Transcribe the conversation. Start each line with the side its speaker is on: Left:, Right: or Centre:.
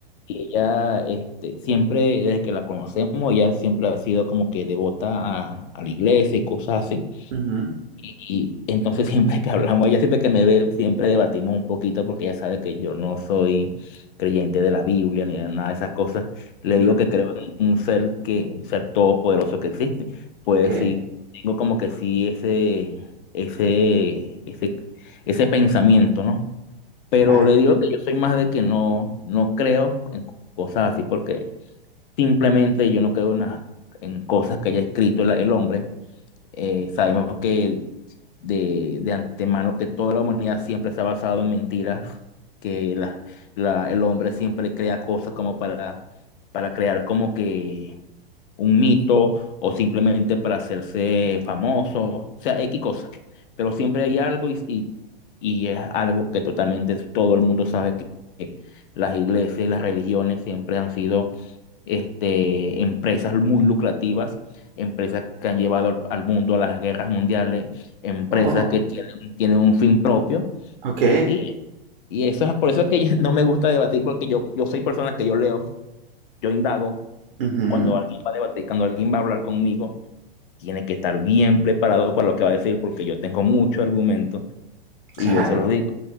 Left: y ella este, siempre, desde que la conocemos, ella siempre ha sido como que devota a, a la iglesia y cosas así.
Right: ujú,
Left: Y entonces <laughs> siempre que hablamos, ella siempre que me ve, siempre debatimos un poquito porque ella sabe que yo no soy creyente de la Biblia ni de nada de esas cosas. Le
Right: ujú.
Left: digo que creo en un ser que, un ser todopoderoso que existe. Pues
Right: Ok,
Left: sí, tengo como que sí ese, ese, ese, ese pensamiento, ¿no? Pero
Right: va.
Left: le digo que yo soy más de que no, no creo en cosas así porque simplemente yo no creo en, las- en cosas que haya escrito la- el hombre eh, sabemos que de, de antemano que toda la humanidad siempre se ha basado en mentiras, que la- la- el hombre siempre crea cosas como para, para crear como que un mito o simplemente para hacerse famoso, o sea, X cosa. Pero siempre hay algo y, y, y es algo que totalmente todo el mundo sabe que, que las iglesias, las religiones siempre han sido este, empresas muy lucrativas, empresas que han llevado al, al mundo a las guerras mundiales, empresas
Right: Oh,
Left: que tienen, tienen un fin propio.
Right: ok.
Left: Y, y eso es por eso que <laughs> yo- no me gusta debatir, porque yo, yo soy persona que yo leo, yo indago.
Right: Ujú,
Left: Cuando alguien va a debatir, cuando alguien va a hablar conmigo, tiene que estar bien preparado para lo que va a decir, porque yo tengo mucho argumento y
Right: claro.
Left: yo se los digo.